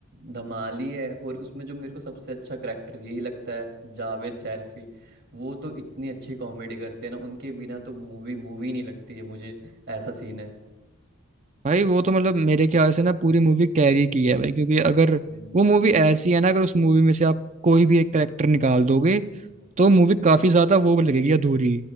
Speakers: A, on the right (about 55°); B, on the right (about 35°).
A: धमाली है और उसमें जो मेरे को सबसे अच्छा करेक्टर यही लगता है जावेद जैरफी वो तो इतनी अच्छी कॉमेडी करते हैं ना उनके बिना तो मूवी मूवी नहीं लगती है मुझे ऐसा सीन है
B: भाई वो तो मतलब मेरे ख्याल से ना पूरी मूवी कैरी की है भाई क्योंकि अगर
A: हम्म,
B: वो मूवी ऐसी है ना अगर उस मूवी में से आप कोई भी एक करेक्टर निकाल दोगे
A: हम्म,
B: तो मूवी काफी ज्यादा वो लगेगी अधूरी